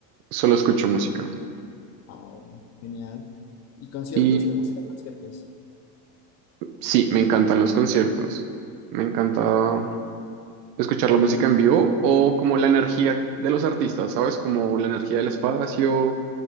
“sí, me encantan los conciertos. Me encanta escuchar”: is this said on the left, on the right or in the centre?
Right